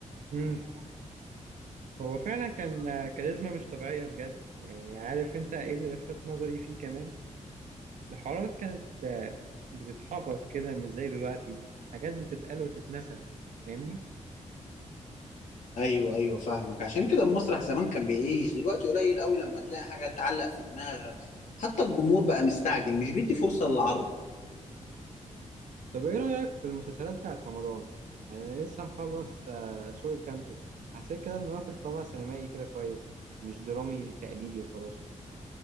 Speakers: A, on the right; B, on the left.
A: امم هو فعلا كان كاريزما مش طبيعية بجد يعني عارف أنت إيه اللي لفت نظري فيه كمان الحوارات كانت آه، بتتحفظ كده مش زي دلوقتي حاجات بتتقال وتتنسى فاهمني
B: ايوه ايوه فاهمك عشان كده المسرح زمان كان بيعيش دلوقتي قليل قوي لما تلاقي حاجة تعلق في دماغك حتى الجمهور بقى مستعجل مش بيدي فرصة للعرض
A: طب ايه رأيك في المسلسلات بتاعت رمضان؟ يعني انا لسه مخلص آه، سوق الكانتو حسيت كده انه واخد طابع سينمائي كده كويس مش درامي تقليدي وخلاص